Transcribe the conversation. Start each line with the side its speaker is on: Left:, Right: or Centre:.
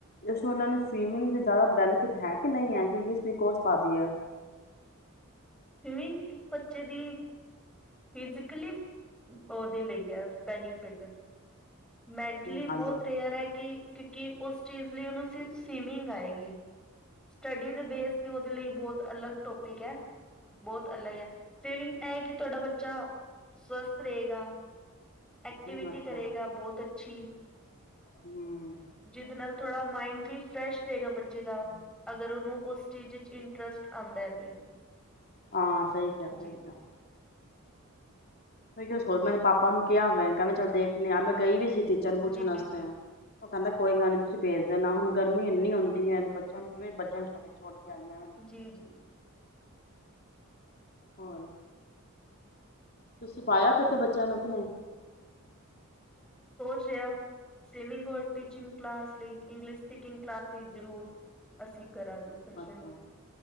Left: ਇਸ ਉਹਨਾਂ ਨੂੰ ਸਵੀਮਿੰਗ ਦਾ ਜ਼ਿਆਦਾ ਬੈਨੀਫਿਟ ਹੈ ਕਿ ਨਹੀਂ ਹੈ ਕਿ <unintelligible> ਕੋਰਸ ਪਾਦੀ ਹੈ
Centre: ਸਵੀਮਿੰਗ ਇੱਕ ਬੱਚੇ ਦੀ ਫਿਜ਼ਕਲੀ ਉਹਦੇ ਲਈ ਹੈ ਬੈਨੀਫਿਟ ਮੈਂਟਲੀ
Left: ਹਮ ਹਾਂਜੀ
Centre: ਬਹੁਤ ਰੇਅਰ ਹੈ, ਕਿ ਕਿਉਂਕਿ ਉਸ ਚੀਜ਼ ਲਈ ਉਹਨੂੰ ਸਵੀਮਿੰਗ ਆਏਗੀ। ਸੱਟਡੀ ਦੇ ਬੇਸ ਤੇ ਉਹਦੇ ਲਈ ਬੋਹਤ ਅਲਗ ਟੋਪਿਕ ਏ। ਬਹੁਤ ਅਲਗ ਹੈ। ਸਵੀਮਿੰਗ ਇਹ ਕਿ ਤੁਹਾਡਾ ਬੱਚਾ ਸੱਵਸਥ ਰਹੇਗਾ। ਐਕਟੀਵਿਟੀ
Left: ਹਮ ਅੱਛਾ
Centre: ਕਰੇਗਾ ਬਹੁਤ ਅੱਛੀ।
Left: ਹਮ
Centre: ਜਿਦੇ ਨਾਲ ਥੋੜਾ ਮਾਇੰਡ ਵੀ ਫਰੈਸ਼ ਰਹੇਗਾ ਬੱਚੇ ਦਾ। ਅਗਰ ਉਹਨੂੰ ਉਸ ਸਟੇਜ ਟਰੱਸਟ ਆਉਂਦਾ ਤੇ
Left: ਹਾਂ, ਸਹੀ ਕਿਹਾ,
Centre: ਜੀ
Left: ਸਹੀ ਕਿਹਾ। ਮੈਂ ਕਿਹਾ ਹੋਰ ਮੈਂ ਪਾਪਾ ਨੂੰ ਕਿਹਾ ਮੈਂ ਕਹਿੰਦੇ ਚੱਲ ਦੇਖ ਨਿਆ ਮੈਂ ਗਈ ਵੀ ਸੀ। ਟੀਚਰ ਪੁੱਛਣ
Centre: ਜੀ
Left: ਵਾਸਤੇ
Centre: ਜੀ
Left: ਆ ਉਹ ਕਹਿੰਦਾ ਕੋਈ ਗੱਲ ਨਹੀਂ ਤੁਸੀਂ ਭੇਜ ਦੇਣਾ। ਹੁਣ ਗਰਮੀ ਇੰਨੀ ਹੁੰਦੀ ਹੈ ਤਾਂ ਬੱਚਿਆਂ ਨੂੰ ਕਿਵੇਂ ਬੱਚਿਆਂ ਨੂੰ ਛੱਡ ਛੋੜ ਕੇ ਆਈਆਂ
Centre: ਜੀ ਜੀ
Left: ਹੋਰ ਤੁਸੀਂ ਪਾਇਆ
Centre: ਹੋਰ
Left: ਕਿਤੇ ਬੱਚਿਆਂ ਨੂੰ ਕਿ ਨਹੀਂ
Centre: ਕਿਉਂ ਸਵੀਮਿੰਗ ਔਰ ਟੀਚਿੰਗ ਕਲਾਸ ਲਈ, ਇੰਗਲਿਸ਼ ਸਪੀਕਿੰਗ ਕਲਾਸ ਲਈ ਜ਼ਰੂਰ ਅਸੀਂ ਕਰਾਂਗੇ
Left: ਅੱਛਾ